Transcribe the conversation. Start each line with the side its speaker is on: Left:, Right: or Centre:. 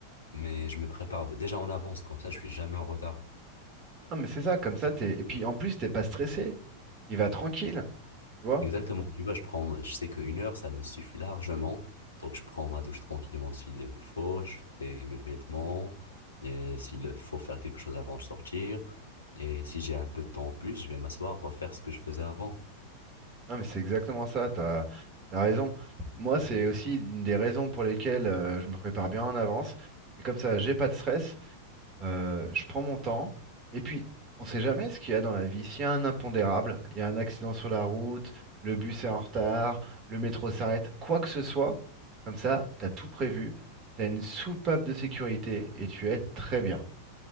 Left: Mais je me prépare déjà en avance, comme ça, je suis jamais en retard.
Right: Non, mais c'est ça, comme ça, t'es... Et puis en plus, t'es pas stressé, tu vas tranquille, tu vois.
Left: Exactement, tu vois, je prends, je sais qu'une heure, ça me suffit largement. Donc, je prends ma douche tranquillement s'il le faut, je fais mes vêtements, et s'il faut faire quelque chose avant de sortir. Et si j'ai un peu de temps en plus, je vais m'asseoir, refaire ce que je faisais avant.
Right: Non, mais c'est exactement ça, t'as, t'as raison. Moi, c'est aussi une des raisons pour lesquelles euh, je me prépare bien en avance. C'est comme ça, j'ai pas de stress. Euh, je prends mon temps. Et puis, on sait jamais ce qu'il y a dans la vie. S'il y a un impondérable, il y a un accident sur la route, le bus est en retard, le métro s'arrête, quoi que ce soit, comme ça, t'as tout prévu, t'as une soupape de sécurité et tu es très bien.